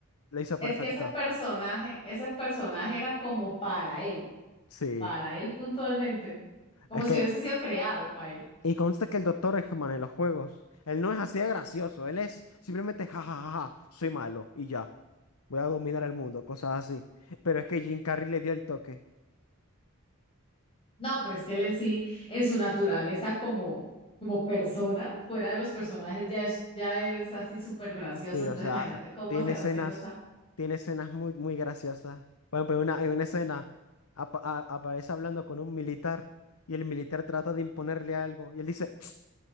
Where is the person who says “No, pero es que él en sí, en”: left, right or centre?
Left